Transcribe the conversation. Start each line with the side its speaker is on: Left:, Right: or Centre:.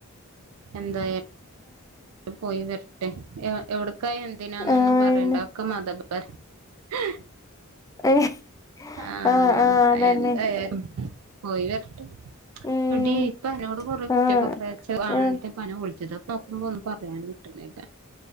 Right: എന്ത പോയി വരട്ടെ എവിടക്കാ എന്തിനാന്നൊന്നും
Left: ആഹ്
Right: പറയണ്ട ഒക്കെ മത <unintelligible>
Left: ആഹ്
Right: ആഹ
Left: ആഹ് ആഹ് അതന്നെ
Right: എന്തായാലും പോയി വരട്ടെ
Left: ഉം
Right: എടീ ഇപ്പ അനോട് കുറേ <unintelligible>
Left: ആഹ് ആഹ്
Right: <inaudible> പറയാൻ കിട്ടുന്നില്ല